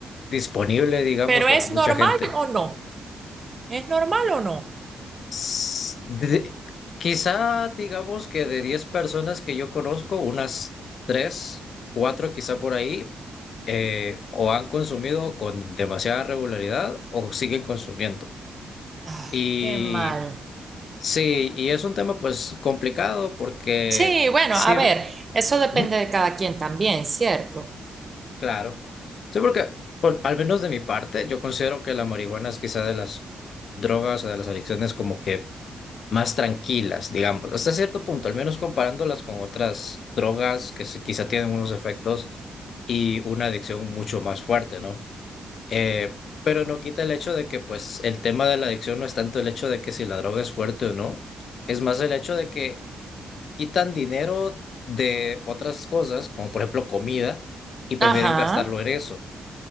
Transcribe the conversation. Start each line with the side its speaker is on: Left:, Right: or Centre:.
Left: disponible, digamos,
Right: Pero
Left: para
Right: ¿es
Left: mucha
Right: normal
Left: gente.
Right: o no? ¿Es normal o no?
Left: S- de- quizá digamos que de 10 personas que yo conozco, unas 3 4 quizá por ahí, eh, o han consumido con demasiada regularidad o siguen consumiendo.
Right: Ah,
Left: Y
Right: qué mal.
Left: sí, y es un tema pues complicado porque
Right: Sí, bueno,
Left: sí,
Right: a ver, eso depende
Left: ¿Mm?
Right: de cada quien también, ¿cierto?
Left: claro. Sí, porque por- al menos de mi parte, yo considero que la marihuana es quizá de las drogas o de las adicciones como que más tranquilas, digamos, hasta cierto punto, al menos comparándolas con otras drogas que se- quizá tienen unos efectos y una adicción mucho más fuerte, ¿no? Eh, pero no quita el hecho de que, pues, el tema de la adicción no es tanto el hecho de que si la droga es fuerte o no, es más el hecho de que quitan dinero de otras cosas, como por ejemplo comida, y prefieren
Right: Ajá,
Left: gastarlo en eso.